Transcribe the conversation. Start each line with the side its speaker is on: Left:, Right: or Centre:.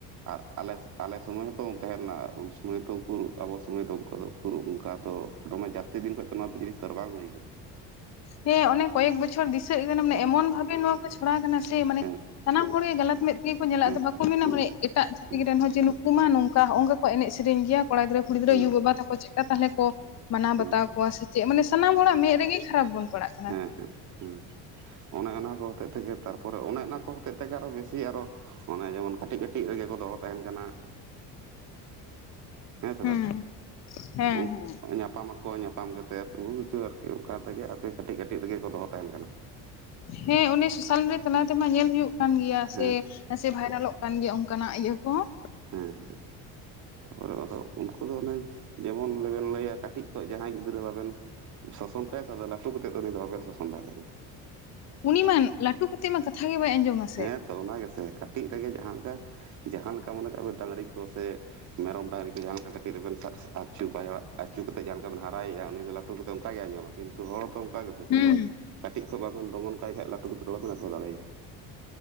Right: ᱟᱨ ᱟᱞᱮ ᱟᱞᱮ ᱥᱚᱢᱚᱭ ᱦᱚᱸᱛᱚ ᱛᱟᱦᱮᱸ ᱞᱮᱱᱟ ᱟᱨ ᱩᱱ ᱥᱚᱢᱚᱭ ᱛᱚ ᱩᱠᱩᱨ, ᱟᱵᱚ ᱥᱚᱢᱚᱭ ᱫᱚ ᱚᱱᱠᱟ ᱫᱚᱼᱼ ᱩᱠᱩᱨ ᱚᱱᱠᱟ ᱫᱚ, ᱫᱚᱢᱮ ᱡᱟᱹᱥᱛᱤ ᱫᱤᱱ ᱠᱷᱚᱡ ᱫᱚ ᱱᱚᱣᱟ ᱫᱚ ᱡᱤᱱᱤᱥ ᱫᱚ ᱵᱟᱭ ᱦᱩᱭ ᱠᱟᱱᱟ ᱾
Left: ᱦᱮᱸ ᱚᱱᱮ ᱠᱚᱭᱮᱠ ᱵᱚᱪᱷᱚᱨ ᱫᱤᱥᱟᱹᱜ ᱠᱟᱱᱟ, ᱢᱟᱱᱮ ᱮᱢᱚᱱ ᱵᱷᱟᱵᱮ ᱱᱚᱣᱟ ᱠᱚ ᱪᱷᱚᱲᱟᱣ ᱠᱟᱱᱟᱼᱼ ᱥᱮ ᱢᱟᱱᱮ,
Right: ᱦᱮᱸ
Left: ᱥᱟᱱᱟᱢ ᱦᱚᱲᱜᱮ ᱜᱟᱞᱟᱛ ᱢᱮᱫᱼᱼ ᱪᱤᱠ ᱠᱚ ᱧᱮᱞᱟ
Right: ᱦᱮᱸ
Left: ᱟᱫᱚ ᱵᱟᱠᱚ ᱢᱮᱱᱟ ᱢᱟᱱᱮ ᱮᱴᱟᱜ ᱪᱷᱟᱹᱛᱤᱠ
Right: ᱦᱮᱸ
Left: ᱨᱮᱱ ᱦᱚᱸ ᱡᱮ ᱱᱩᱠᱩ ᱢᱟ ᱱᱚᱝᱠᱟ ᱱᱚᱜᱼᱚ ᱱᱚᱝᱠᱟ ᱠᱚ ᱮᱱᱮᱡ ᱥᱮᱨᱮᱧ ᱜᱮᱭᱟ ᱠᱚᱲᱟ ᱜᱤᱫᱽᱨᱟᱹ ᱠᱚ ᱾ ᱠᱩᱲᱤ ᱜᱤᱫᱽᱨᱟᱹ
Right: ᱦᱮᱸ
Left: ᱟᱭᱩ ᱵᱟᱵᱟ ᱛᱟᱠᱚ ᱪᱮᱫ ᱞᱮᱠᱟ ᱛᱟᱦᱚᱞᱮ ᱠᱚ ᱵᱟᱱᱟᱣ
Right: ᱦᱮᱸ
Left: ᱵᱟᱛᱟᱣ ᱠᱚᱣᱟ ᱥᱮ ᱪᱮᱫ, ᱢᱟᱱᱮ ᱥᱟᱱᱟᱢ ᱦᱚᱲᱟᱜ ᱢᱮᱫ ᱨᱮᱜᱮᱼᱼ ᱠᱷᱟᱨᱟᱯ ᱵᱚᱱ ᱯᱟᱲᱟᱜ ᱠᱟᱱᱟ ᱾
Right: ᱦᱮᱸ ᱦᱮᱸ ᱦᱮᱸ ᱾ ᱚᱱᱮ ᱚᱱᱟ ᱠᱚ ᱦᱚᱛᱮᱡ ᱛᱮᱜᱮ ᱛᱟᱨᱯᱚᱨᱮ ᱚᱱᱮ ᱚᱱᱟ ᱠᱚ ᱦᱚᱛᱮᱡ ᱛᱮᱜᱮ ᱟᱨᱚ ᱵᱮᱥᱤ ᱟᱨᱚᱼᱼ ᱚᱱᱮ ᱡᱮᱢᱚᱱ ᱠᱟᱹᱴᱤᱡ ᱠᱟᱹᱴᱤᱡ ᱨᱮᱜᱮ ᱠᱚ ᱫᱚᱦᱚ ᱛᱟᱸᱦᱮᱱ ᱠᱟᱱᱟ ᱾ ᱦᱮᱸ ᱥᱮ
Left: ᱦᱩᱸ
Right: ᱵᱟᱝ?
Left: ᱦᱮᱸ
Right: ᱩᱱᱠᱩ
Left: ᱦᱮᱸ
Right: ᱧᱟᱯᱟᱢᱟᱼᱼ ᱠᱚ ᱧᱟᱯᱟᱢ ᱠᱟᱛᱮ ᱟᱨᱠᱤ ᱵᱚᱦᱩ ᱠᱤᱪᱷᱩ ᱟᱨᱠᱤ ᱚᱱᱠᱟ ᱛᱮᱜᱮ ᱟᱨᱠᱤ ᱠᱟᱹᱴᱤᱡ ᱠᱟᱹᱴᱤᱡ ᱨᱮᱜᱮ ᱠᱚ ᱫᱚᱦᱚ ᱛᱟᱸᱦᱮᱱ ᱠᱟᱱᱟ ᱾
Left: ᱦᱮᱸ ᱚᱱᱮ ᱥᱳᱥᱟᱞ ᱢᱤᱰᱤᱭᱟ ᱛᱟᱞᱟ ᱛᱮᱢᱟ ᱧᱮᱞ ᱦᱩᱭᱩᱜ ᱠᱟᱱ ᱜᱮᱭᱟ
Right: ᱦᱮᱸ
Left: ᱥᱮᱼᱼ ᱥᱮ ᱵᱷᱟᱭᱨᱟᱞᱚᱜ ᱠᱟᱱ ᱜᱮᱭᱟ ᱚᱱᱠᱟᱱᱟᱜ ᱤᱭᱟᱹ ᱠᱚ ᱾
Right: ᱦᱮᱸ ᱦᱮᱸ ᱾ ᱛᱟᱨᱯᱚᱨ ᱟᱫᱚ ᱩᱱᱠᱩ ᱫᱚ ᱚᱱᱮ ᱡᱮᱢᱚᱱ ᱵᱮᱱ ᱞᱟᱹᱭᱟ ᱠᱟᱹᱴᱤᱡ ᱠᱷᱚᱱ ᱡᱟᱦᱟᱸᱭ ᱜᱤᱫᱽᱨᱟᱹ ᱵᱟᱵᱮᱱᱼᱼ ᱥᱟᱥᱚᱱ ᱠᱟᱭᱟ ᱥᱮ, ᱟᱫᱚ ᱞᱟᱹᱴᱩ ᱠᱟᱛᱮᱫ ᱫᱚ ᱩᱱᱤ ᱫᱚ ᱵᱟᱵᱮᱱ ᱥᱟᱥᱚᱱ ᱫᱟᱲᱮᱣᱟᱭᱟ ᱾
Left: ᱩᱱᱤ ᱢᱟ ᱞᱟᱹᱴᱩ ᱠᱟᱛᱮᱫ ᱢᱟ ᱠᱟᱛᱷᱟ ᱜᱮ ᱵᱟᱭ ᱟᱸᱡᱚᱢᱟ ᱾
Right: ᱦᱮᱸ ᱛᱚ ᱚᱱᱟ ᱜᱮᱥᱮ ᱠᱟᱹᱴᱤᱡ ᱨᱮᱜᱮ ᱡᱟᱦᱟᱸ ᱞᱮᱠᱟ, ᱡᱟᱦᱟᱸ ᱞᱮᱠᱟ ᱢᱚᱱᱮ ᱠᱟᱜ ᱢᱮ ᱰᱟᱝᱨᱤ ᱠᱚ ᱥᱮᱼᱼ ᱢᱮᱨᱚᱢ ᱰᱟᱹᱝᱨᱤ ᱠᱚ ᱡᱟᱦᱟᱸ ᱞᱮᱠᱟ ᱠᱟᱹᱴᱤᱡ ᱨᱮᱵᱮᱱ ᱟᱪᱩ ᱵᱟᱭ ᱟᱹᱪᱩ ᱠᱟᱛᱮᱫ ᱡᱟᱦᱟᱸ ᱞᱮᱠᱟ ᱵᱮᱱ ᱦᱟᱨᱟᱭᱮᱭᱟ ᱩᱱᱤ ᱫᱚᱼᱼ ᱩᱱᱠᱩ ᱠᱚᱫᱚ ᱚᱱᱟ ᱜᱮ ᱟᱸᱡᱚᱢᱟ ᱠᱤᱱᱛᱩ ᱦᱚᱲ ᱫᱚ ᱚᱱᱠᱟ ᱜᱮᱼᱼ
Left: ᱦᱩᱸ ᱾
Right: ᱠᱟᱹᱴᱤᱡ ᱠᱷᱚᱡ ᱵᱟᱵᱮᱱ ᱫᱚᱢᱚᱱ ᱠᱟᱭ ᱠᱷᱟᱭ ᱞᱟᱹᱴᱩ ᱠᱟᱛᱮᱫ ᱫᱚ ᱵᱟᱵᱮᱱ ᱟᱴᱚᱠ ᱫᱟᱲᱮᱭᱟᱭᱟ ᱾